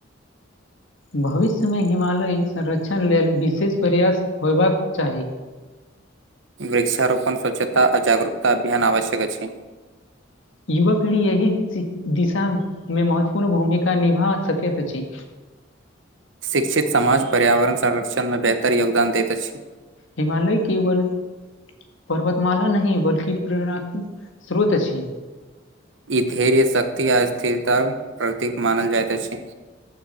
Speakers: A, on the left; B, on the right.
A: भविष्यमे हिमालय संरक्षण लेल विशेष प्रयास होयबाक चाही।
B: वृक्षारोपण स्वच्छता आ जागरूकता अभियान आवश्यक अछि
A: युवा पीढ़ी एहि दिशा मे महत्वपूर्ण भूमिका निभा सकैत अछि
B: शिक्षित समाज पर्यावरण संरक्षणमे बेहतर योगदान दैत अछि
A: हिमालय केबल पर्वतमाला नही बल्कि प्रेरणात्मक स्रोत अछि
B: ई धैर्य शक्ति आ स्थिरताक प्रतीक मानल जाइत अछि